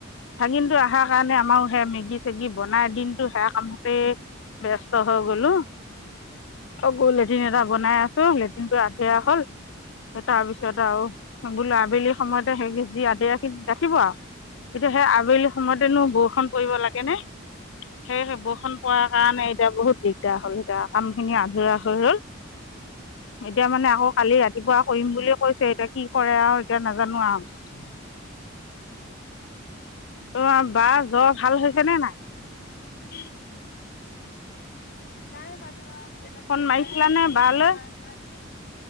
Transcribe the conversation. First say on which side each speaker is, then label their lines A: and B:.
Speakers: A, on the left; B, on the left.
A: ভাগিনটো অহাৰ কাৰণে আমাৰ সে মেগি চেগি বনাই দিনটো সেয়া কামতে ব্স্ত হৈ গলো আকৌ লেট্ৰিন এটা বনাই আছো লেট্ৰিন টো সেয়া হ'ল তাৰ পিছত আৰু বোলো আবেলি সময়ত। সেই যি আদে আখিন ৰাখিব আৰু এতিয়া সেই আবেলি সময়তেনো বৰষুণ পৰি লাগেনে? সেইেই বৰষুণ পাৰ কাৰণে এতিয়া বহুত দিগদাৰ হ'ল এতিয়া। কাম খিনি আধৰুৱা হৈ ৰ'ল। এতিয়া মানে আকৌ খালি ৰাতিপুৱা শুৰিম বুলিুলিয় কৈছে এতিয়া কি কৰে আৰু এতিয়া নাজানো আৰু
B: <unintelligible>
A: অ' বাৰ জ্বৰ ভাল হৈছে নে নাই?
B: উম নাই বনোৱা মোৰ তাত
A: ফোন
B: পইচাই
A: মাৰিছিলানে
B: নাই চাৰিশ
A: বালৈ
B: টকা এটা আছিল।